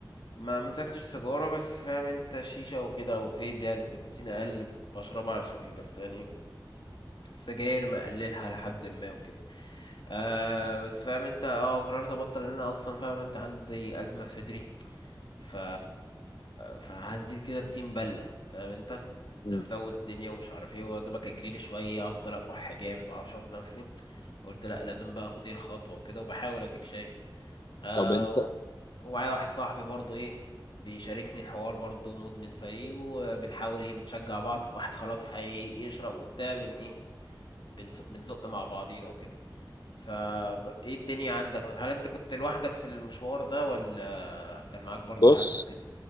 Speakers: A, on the left; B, on the left.
A: ما مسكتش سيجارة بس فاهم انت شيشة وكده او فيب يعني بنيكوتين اقل بشربها على الخفيف بس يعني السجاير مقللها لحد ما وكده آه بس فاهم انت اه قررت ابطل لان انا اصلا فاهم انت عندي ازمة في صدري ف فهنزيد كده التيم بله فاهم انت
B: مم.
A: انا مزود الدنيا ومش عارف ايه ودوبك اجريلي شويه افضل اكح جامد معرفش اخد نفسي قلت لا لازم بقى اخد ايه الخطوه وكده وبحاول اديك شايف آه
B: طب انت
A: و- ومعايا واحد صاحبي برضو ايه بيشاركني الحوار برضو مدمن زيي وبنحاول ايه بنشجع بعض واحد خلاص هيشرب وبتاع بن ايه بنز- بنزق مع بعضينا وكده فا ايه الدنيا عندك هل انت كنت لوحدك في المشوار ده ولا كان معاك برضو
B: بص
A: حد وكده